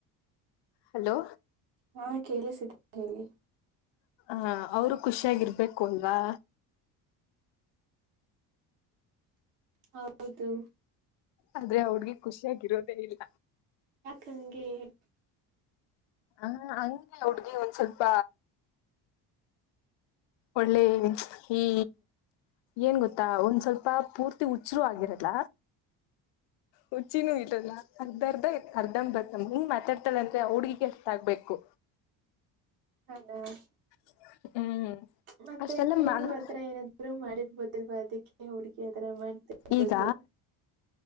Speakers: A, on the left; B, on the right.
A: ಹಲೋ
B: ಹಾ ಕೇಳಿಸಿದೆ ಹೇಳಿ
A: ಹ ಅವ್ರು ಖುಷಾಗಿರ್ಬೇಕು ಅಲ್ವಾ
B: ಹೌದು
A: ಆದ್ರೆ ಅವ್ಗೆ ಖುಷಿಯಾಗಿರೋದೇ ಇಲ್ಲ
B: ಕಂಗೆ <unintelligible>
A: ಹಾ ಹಂಗಗೆ ಹುಡ್ಗಿ ಒಂದ್ ಸ್ವಲ್ಪ ಒಳ್ಳೆ ಈ ಏನ್ ಗೊತ್ತಾ ಒಂದ್ ಸ್ವಲ್ಪ ಪೂರ್ತಿ ಉಚ್ರು ಆಗಿರಲ್ಲ ಹುಚ್ಚಿನೂ ಇರಲ್ಲ ಅರ್ಧರ್ ಅರ್ಧಮ್ ಬರ್ದಮ್ ಹ್ಮ್ ಮಾತಾಡ್ತಳಂತೆ ಹಾ ಹುಡ್ಗಿಗೆ ಅರ್ದ ಆಗ್ಬೇಕು
B: ಡ <inaudible>
A: ಹ್ಮ್
B: ಮತ್ತೆ
A: ಅಷ್ಟೆಲ್ಲ
B: ನೀವು
A: ಮನ್
B: ಅತ್ರ ಏನಾದರು ಮಾಡಿರ್ಬೋದಿಲ್ವಾ ಅದಕ್ಕೆ ಹಾ ಹುಡ್ಗಿ ಆತರ ಮಾಡ್ತಿರ್ಬೋದು
A: ಈಗ